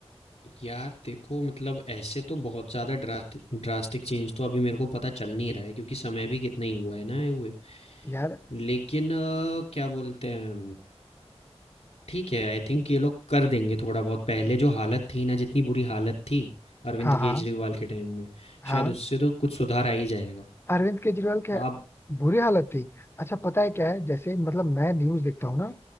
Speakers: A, on the left; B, on the left.
A: यार देखो मतलब ऐसे तो बहुत ज़्यादा ड्रास्ट ड्रास्टिक चेंज तो अभी मेरे को पता चल नहीं रहा है क्योंकि समय भी कितना ही हुआ है ना ये हुए।
B: यार
A: लेकिन अ, क्या बोलते हैं ठीक है, आई थिंक ये लोग कर देंगे थोड़ा बहुत। पहले जो हालत थी ना, जितनी बुरी हालत थी अरविंद
B: हाँ
A: केजरीवाल
B: हाँ
A: के टाइम में,
B: हाँ
A: शायद उससे तो कुछ सुधार आ ही जाएगा।
B: अरविंद केजरीवाल क्या
A: आप
B: बुरी हालत थी अच्छा पता है क्या है जैसे मतलब मैं न्यूज देखता हूँ ना